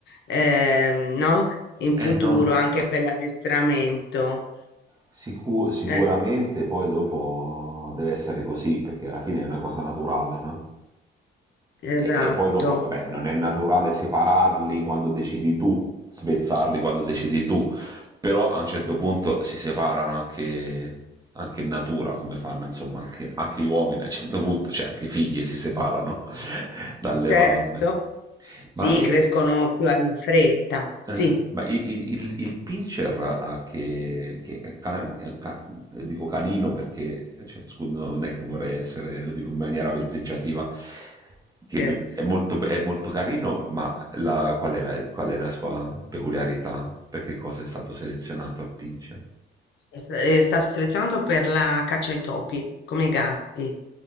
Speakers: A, on the left; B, on the right.
A: ehm, no? In
B: Eh
A: futuro
B: no.
A: anche per l'addestramento.
B: Sicu- sicuramente
A: Eh,
B: poi dopo deve essere così, perché alla fine è una cosa naturale, no?
A: esatto,
B: E, e poi dopo, vabbè, non è naturale separarli quando decidi tu, svezzarli quando decidi tu, però a un certo punto si separano anche, anche in natura, come fanno insomma anche, anche gli uomini a un certo punto, cioè anche i figli si separano <laughs> dalle
A: certo.
B: mamme.
A: Sì,
B: Ma e,
A: crescono più in fretta. Sì,
B: eh, ma i- i- il, il pincher ha che, che è ca- è ca- dico canino perché cioè, scusa, non è che vorrei essere, lo dico in maniera
A: <laughs>
B: vezzeggiativa, che
A: certo.
B: mi- è molto, be- è molto carino, ma la- qual, è la, qual è la sua peculiarità? Per che cosa è stato selezionato il pincher?
A: È sta- è stato selezionato per la caccia ai topi, come i gatti.